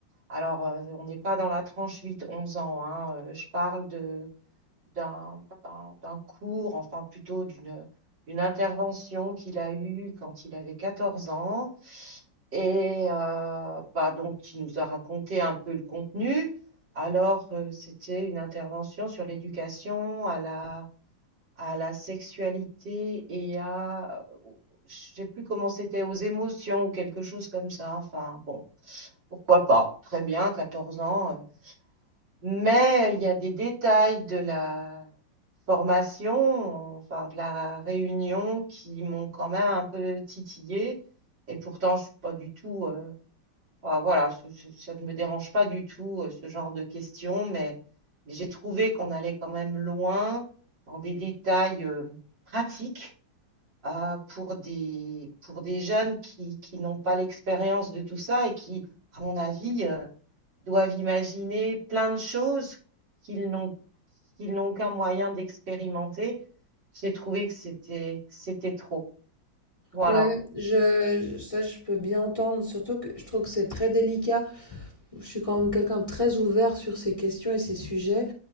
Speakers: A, on the right; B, on the left.
A: Alors, euh, on n'est pas dans la tranche huit onze ans, hein, euh, je parle de, d'un, d'un- d'un cours, enfin plutôt d'une, d'une intervention qu'il a eue quand il avait 14 ans. Et euh, bah, donc, il nous a raconté un peu le contenu. Alors, euh, c'était une intervention sur l'éducation à la, à la sexualité et à, je sais plus comment c'était, aux émotions ou quelque chose comme ça. Enfin, bon. Pourquoi pas? Très bien, 14 ans. euh. Mais il y a des détails de la formation, enfin de la réunion, qui m'ont quand même un peu titillé. Et pourtant, je suis pas du tout. euh, enfin, voilà, je- je- ça ne me dérange pas du tout euh, ce genre de questions, mais, mais j'ai trouvé qu'on allait quand même loin dans des détails euh, pratiques euh, pour des, pour des jeunes qui, qui n'ont pas l'expérience de tout ça et qui, à mon avis, euh, doivent imaginer plein de choses qu'ils n'ont qu'ils n'ont aucun moyen d'expérimenter. J'ai trouvé que c'était que c'était trop. Voilà.
B: ouais, je je- ça je peux bien entendre, surtout que je trouve que c'est très délicat. Je suis quand même quelqu'un de très ouvert sur ces questions et ces sujets,